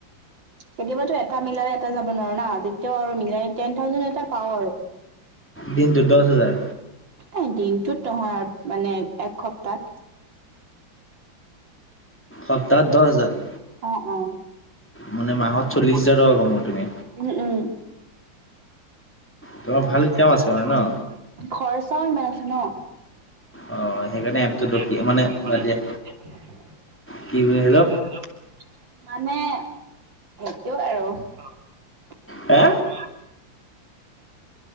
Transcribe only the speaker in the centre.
দিনটোত দহ হাজাৰ
সপ্তাহত দহ হাজাৰ
মানে মাহত চল্লিশ
হাজাৰ
টকা কমোৱা তুমি
তোমাৰ ভাল
কাম আছে মানে ন
অ সেইকাৰণে এপটোত ৰখি
মানে বাদ দিয়া
কি বুলি হেল্ল'
হা